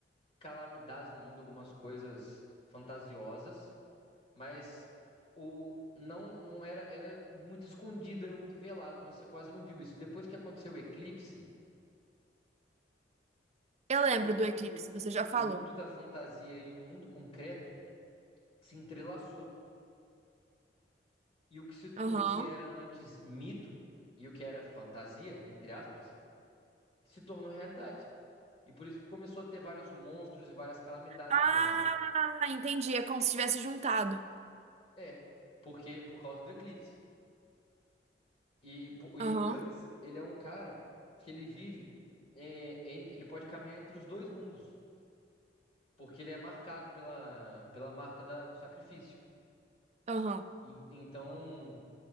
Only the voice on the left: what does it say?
calamidades no mundo, algumas coisas fantasiosas. Mas o não não era era muito escondido, era muito velado, você quase não viu isso. Depois que aconteceu o eclipse,
o mundo
o mundo da fantasia e o mundo concreto se entrelaçou. E o que se,
o que era antes mito e o que era fantasia, entre aspas, se tornou realidade. E por isso que começou a ter vários monstros e várias calamidades
em Berserk.
É, porque por causa do eclipse. E, pô, e
o Guts, ele é um cara que ele vive, é, entre, ele pode caminhar entre os dois mundos, porque ele é marcado pela, pela marca da- do sacrifício.
E- então,